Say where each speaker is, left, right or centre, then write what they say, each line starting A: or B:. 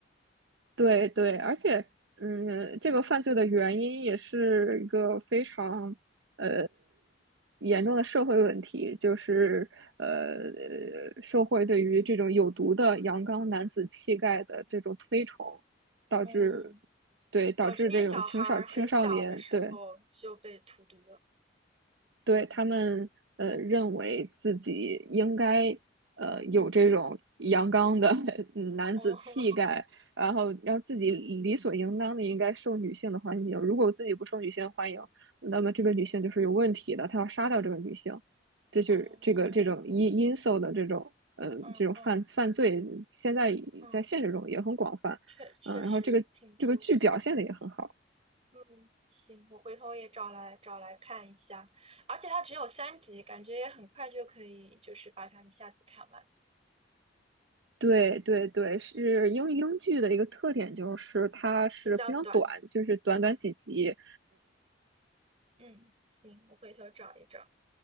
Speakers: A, on the right; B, on the right.
A: 对对，而且，嗯，这个犯罪的原因也是一个非常呃严重的社会问题，就是呃，社会对于这种有毒的阳刚男子气概的这种推崇，导致
B: 嗯，
A: 对导致这种青少青少年对
B: 导致那些小孩儿很小的时候就被荼毒了。
A: 对，他们呃认为自己应该呃有这种阳刚的 <laughs> 男子气概，
B: 哦，<laughs>
A: 然后让自己理所应当的应该受女性的欢迎。如果自己不受女性欢迎，那么这个女性就是有问题的，
B: 嗯，
A: 他要杀掉这个女性，这就是这个这种因因素的这种嗯，
B: 哦，嗯嗯
A: 这种犯犯罪，现在在现实中也很广泛，
B: 嗯，确确实挺多。
A: 嗯，然后这个这个剧表现的也很好。
B: 嗯，行，我回头也找来找来看一下，而且它只有三集，感觉也很快就可以，就是把它一下子看完，
A: 对对对，是英英剧的一个特点，就是它是非常短，
B: 比较短。
A: 就是短短几集。
B: 嗯，嗯，行，我回头找一找。